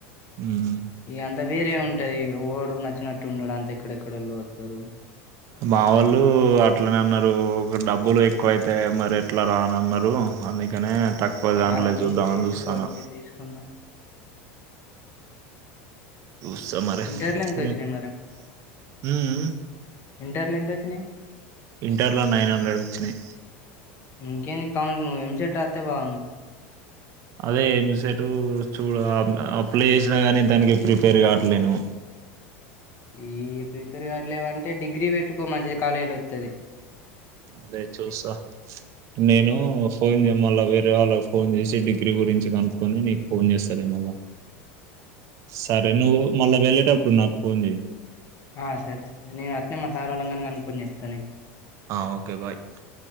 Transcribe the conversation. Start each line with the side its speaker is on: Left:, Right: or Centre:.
Right: ఉమ్.
Left: ఇ అంత వేరే ఉంటాది. ఇడు నచ్చినట్టు ఉండడు అంత ఎక్కడెక్కడెళ్ళు వస్తారు
Right: మావళ్లు అట్లనే అన్నారు ఒక డబ్బులు ఎక్కువ అయితే మరి ఎట్లా రానిన్నారు అందుకనే. తక్కువ దాంట్లో
Left: ఆలోచించి
Right: చూద్దామని
Left: తీసుకో
Right: చూస్తాను
Left: ఏది తీసుకున్నా.
Right: ఆ
Left: ఇంటర్లో ఎంత వచ్చినాయి ఇంటర్లు ఎంత వచ్చినాయి
Right: ఇంటర్లో నైన్ హండ్రెడ్ వచ్చినాయి
Left: ఇంకే నువ్వు ఎంసట్ అస్తే బాగుంవు
Right: అదే ఎ సటుూ చూడు అప్లై చేసినా కానీ దానికి ప్రిపేర్ కావట్లేను
Left: ఈ ప్రిపేర్ కావట్లేమంటే డిగ్రీ పెట్టుకో మంచిది కాలేజీ లో వస్తుంది.
Right: అదే చూసా నేను ఫోన్ చేయ మళ్ళా వేరే వాళ్ళకి ఫోన్ చేసి డిగ్రీ గురించి కనుక్కొని నీకు ఫోన్ చేస్తారు ఏ మళ్ళ సరే నువ్వు మళ్ళా వెళ్ళ అప్పుడు నాకు ఫోన్ చెయ్
Left: ఆ సర అట్నే మా సార్వలంగాని కనుకొని చెప్తా నకు
Right: ఆ ఓకే బాయ్